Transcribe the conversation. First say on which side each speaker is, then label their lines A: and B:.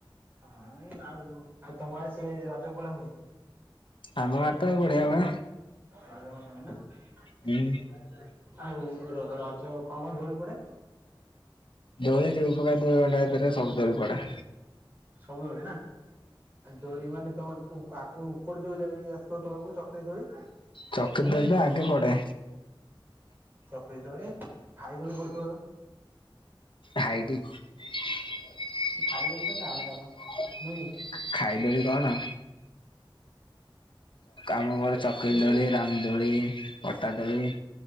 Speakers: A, on the right; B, on the left.
A: ହଁ ଆଉ ଆଉ ତମର ସିଏ ରଜଗୋଳା ହୁଏ?
B: ଆମ ଆଡେ ତ ବଢିଆ ବା
A: <unintelligible>
B: ହୁଁ।
A: ଆଉ ର ର କଣ କଣ ଡୋଳି ପଡେ
B: ଦୋଳି <unintelligible> ଭରେ ସବୁ ଥରକ ପଡେ।
A: ସବୁବେଳେ ନା ଦୋଳି ମାନେ ତମ ଆଗେ ଉପର ଯୋଉ ଯାଇ ଆସଥ ତଳକୁ ଚକ ଦୋଳି
B: ଚକିରି ଦୋଳି ତ ଆଗେ ପଡେ
A: ଚକ ତଳେ ଖାଇ ଦୋଳି ପୁଦୁଥିବ ତ
B: ଖାଇଟି ଖାଇଦଳି
A: ଏ ଖାଇ ଦୋଳି ଟା ତ ଆରଟା ତ ନୁହେଁ କି
B: କଣ? ଆମ ଗଡ ଚକି ଦୋଳି, ରାମ ଦୋଳି କ ଦୋଳି, ପଟା ଦୋଳି